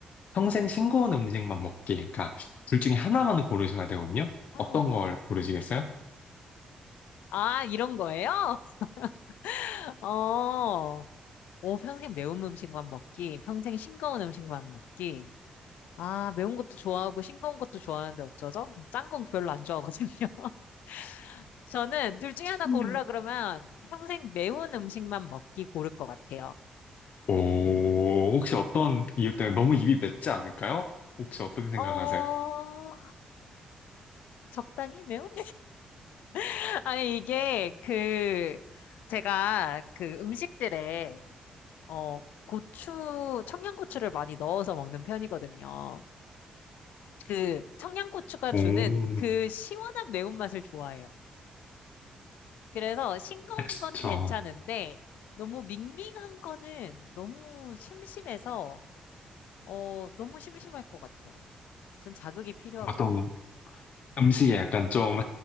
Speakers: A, on the left (about 65°); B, on the left (about 80°).
A: 평생 싱거운 음식만 먹기. 그러니까, 둘 중에 하나만 고르셔야 되거든요?
B: 아,
A: 어떤 걸 고르시겠어요?
B: 아, 이런 거예요? <laughs> 어, 오, 평생 매운 음식만 먹기, 평생 싱거운 음식만 먹기. 아, 매운 것도 좋아하고 싱거운 것도 좋아하는데 어쩌죠? 짠 건 별로 안 좋아하거든요. <laughs> 저는 둘 중에 하나
A: 음.
B: 고르라 그러면 평생 매운 음식만 먹기 고를 것 같아요.
A: 오, 혹시 어떤 이유 때문에 너무 입이 맵지 않을까요? 혹시 어떻게 생각하세요?
B: 어, 적당히 매운? <laughs> 아니, 이게 그, 제가 그 음식들에 어, 고추, 청양고추를 많이 넣어서 먹는 편이거든요. 그 청양고추가
A: 오,
B: 주는 그 시원한 매운맛을 좋아해요. 그래서 싱거운
A: 그쵸.
B: 건 괜찮은데 너무 밍밍한 거는 너무 심심해서 어, 너무 심심할 것 같아요. 전 자극이 필요하거든요.
A: 보통 음식에 약간 좀